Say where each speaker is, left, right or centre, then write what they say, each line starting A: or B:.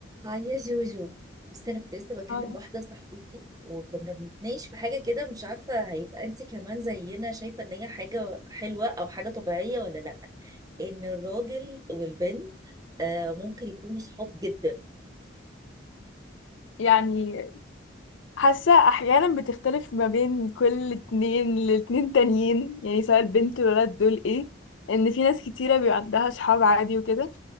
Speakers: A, on the right (about 20°); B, on the left (about 80°).
A: اه يا جوجو بس انا كنت لسه بكلم
B: اه
A: واحده صاحبتي وكنا بنتناقش في حاجه كده مش عارفه هيبقى انت كمان زينا شايفه ان هي حاجه حلوه او حاجه طبيعيه ولا لا ان الراجل والبنت آه ممكن يكونوا صحاب جدا
B: يعني حاسة أحيانا بتختلف ما بين كل اتنين لاتنين تانيين يعني سواء البنت والولد دول ايه إن في ناس كتيرة بيبقى عندها صحاب عادي وكده